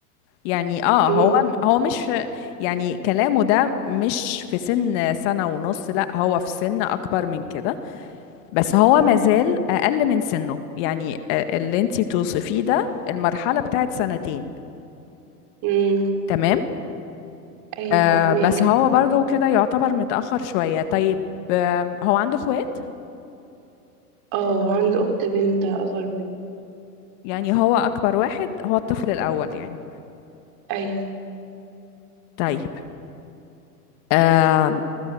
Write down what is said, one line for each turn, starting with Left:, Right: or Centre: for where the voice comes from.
Left: يعني اه
Right: امم
Left: هو هو مش يعني كلامه ده مش في سن سنة ونص لا هو في سن اكبر من كده بس هو مازال اقل من سنه يعني آه، اللي انتي بتوصفيه ده المرحلة بتاعت سنتين
Right: امم
Left: تمام
Right: ايوه
Left: آه
Right: فهماك
Left: بس هو برضو كده يعتبر متأخر شوية طيب آه هو عنده اخوات
Right: اه عنده اخت بنت اصغر منه
Left: يعني هو اكبر واحد هو الطفل الاول يعني
Right: ايوه
Left: طيب آه